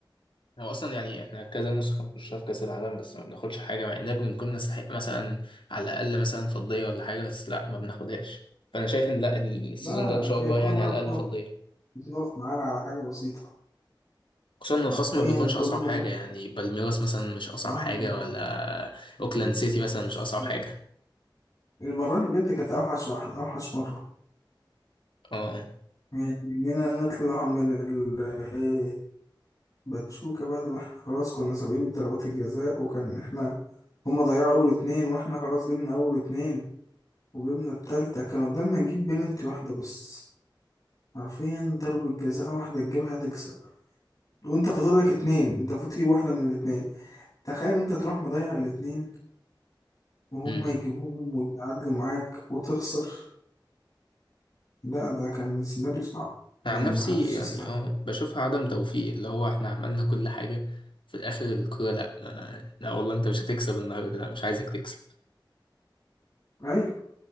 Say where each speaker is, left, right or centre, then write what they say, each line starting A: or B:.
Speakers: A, on the left; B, on the left.
A: هو اصلا يعني احنا كذا نسخه نخشها في كاس العالم بس ما بناخدش حاجه مع اننا بنكون نستحق مثلا على الاقل مثلا فضيه ولا حاجه بس لا ما بناخدهاش فانا شايف ان لا السيزون
B: لا
A: ده ان شاء
B: هي
A: الله
B: كل
A: يعني
B: مرة
A: على
B: بتقف
A: الاقل فضيه
B: بتقف معانا على حاجة بسيطة
A: خصوصا ان الخصم
B: حرفيا
A: ما بيكونش
B: كل
A: اصعب حاجه
B: مرة
A: يعني بالميراس مثلا مش اصعب
B: اه
A: حاجه ولا
B: بتقف
A: اوكلاند سيتي مثلا مش اصعب
B: يعني
A: حاجه
B: المرة دي بجد كانت أوحش واحد أوحش مرة
A: اه
B: يعني إننا نطلع من ال باتشوكا بعد ما احنا خلاص كنا سابقين بضربات الجزاء وكان احنا هما ضيعوا اول اتنين واحنا خلاص جبنا اول اتنين وجبنا التالتة كان قدامنا نجيب بلنتي واحدة بس حرفيا ضربة جزاء واحدة تجيبها تكسب وانت فاضل لك اتنين انت المفروض تجيب واحدة من الاتنين تخيل انت تروح مضيع الاتنين وهما
A: امم
B: يجيبوهم ويتعادلوا معاك وتخسر لا ده كان سيناريو صعب
A: أنا
B: يعني
A: عن نفسي
B: محدش
A: يعني
B: يستحمل
A: اه بشوفها عدم توفيق اللي هو احنا عملنا كل حاجه في الاخر الكوره لا آه، لا والله انت مش هتكسب النهارده لا مش عايزك تكسب
B: ايوه